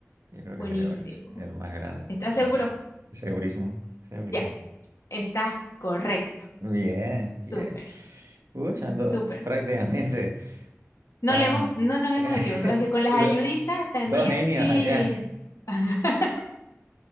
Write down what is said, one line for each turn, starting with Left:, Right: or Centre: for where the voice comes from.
Right: Yo creo que
Left: buenísimo.
Right: es el Everest, el más grande.
Left: ¿Estás seguro?
Right: O sea, segurísimo, segurísimo.
Left: Ya, estás correcto.
Right: Bien, bien.
Left: Súper,
Right: Pucha, do-
Left: <laughs> súper.
Right: prácticamente estamos...
Left: No le hemos, no nos
Right: <laughs>
Left: hemos equivocado, es que con las
Right: do-
Left: ayuditas también
Right: dos genios
Left: sí.
Right: acá.
Left: <laughs>